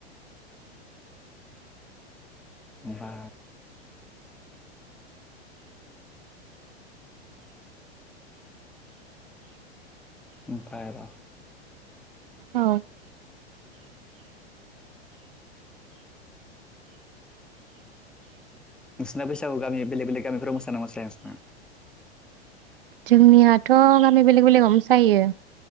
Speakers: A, in the centre; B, on the right.
A: बा ओमफाय र
B: औ
A: नोंसिना बैसागु गामि बेलेग बेलेग गामिफोराव मोसाना मोसाया नोंसोरना?
B: जोंनियाथ' गामि बेलेग बेलेगाव मोसायो।